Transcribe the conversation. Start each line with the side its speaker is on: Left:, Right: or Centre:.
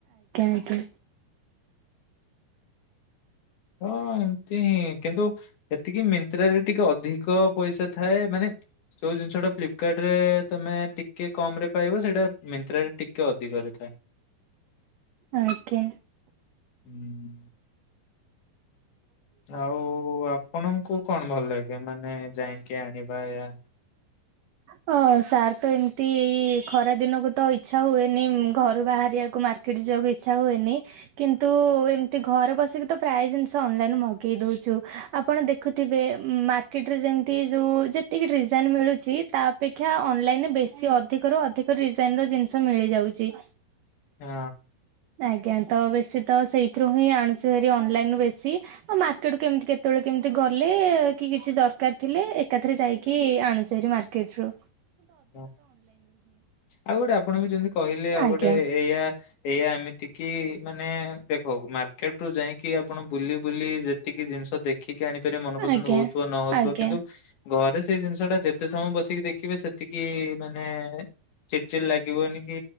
Right: ଏତେ
Left: ହଁ ଏମତି ହିଁ କିନ୍ତୁ ଏତିକି ମିନ୍ତ୍ରାରେ ଟିକେ ଅଧିକ ପଇସା ଥାଏ ମାନେ ଯୋଉ ଜିନିଷ ଟା ଫ୍ଲିପକାର୍ଟ ରେ ତମେ ଟିକେ କମ ରେ ପାଇବ ସେଇଟା ମିନ୍ତ୍ରାରେ ଟିକେ ଅଧିକରେ ଥାଏ।
Right: ଆଜ୍ଞା।
Left: ହୁଁ। ଆଉ ଆପ ଣଙ୍କୁ କଣ ଭଲ ଲାଗେ ମାନେ ଯାଇକି ଆଣିବା। ବାାୟା
Right: ହ ସାର୍ ତ ଏମିତି ଏ ଖରା ଦିନକୁ ତ ଇଚ୍ଛା ହୁଏନି ଘରୁ ବାହାରିବାକୁ ମାର୍କେଟ ଯିବାକୁ ଇଛା ହୁଏନି କିନ୍ତୁ ଏମିତି ଘରେ ବସିକି ତ ପ୍ରାୟ ଜିନିଷ ଅନଲାଇନ ମଗେଇ ଦଉଛୁ ଆପଣ ଦେଖୁଥିବେ ମାର୍କେଟରେ ଯେମତି ଯୋଉ ଯେତିକି ଡିଜାଇନ ମିଳୁଛି। ତା ଅପେକ୍ଷା ଅନଲାଇନରେ ବେଶୀ ଅଧିକ ରୁ ଅଧିକ ଡିଜାଇନ ର ଜିନିଷ ମିଳିଯାଉଛି।
Left: ହଁ।
Right: ଆଜ୍ଞା ତ ବେଶୀ ତ ସେଇଥିରୁ ହିଁ ଆଣୁଚେହରୀ ଅନଲାଇନ ରୁ ବେଶୀ ଆଉ ମାର୍କେଟୁ କେମିତି କେତେବେଳେ କେମିତି ଗଲେ କି କିଛି ଦରକାର ଥିଲେ ଏକାଥରେ ଯାଇକି ଆଣୁଚେରୀ ମାର୍କେ କେଛୁ।
Left: ହ ଆଉ ଗୋଟେ ଆପଣ ବି ଯେମିତି କହିଲେ ଆଉ
Right: ଆଜ୍ଞା
Left: ଗୋଟେ ଏଇଆ ଏଇୟଆ ଏମିତି କି ମାନେ ଦେଖ ମ କେଠୁ ଯାଇକି ଆପଣ ବୁଲି ବୁଲି ଯେତିକି ଜିନିଷ ଦେଖିକି ଆଣିପାରିବେ ମନ ପସନ୍ଦ
Right: ଆଜ୍ଞା
Left: ହଉଥିବ ନ ହଉଥିବ
Right: ଆଜ୍ଞା
Left: କିନ୍ତୁ ଘରେ ସେଇ ଜିନିଷ ଟା ଯେତେ ସମୟ ବସିକି ଦେଖିବେ ଏତିକି ମାନେ ଚିଡ଼ ଚିରି ଲାଗିବନି କି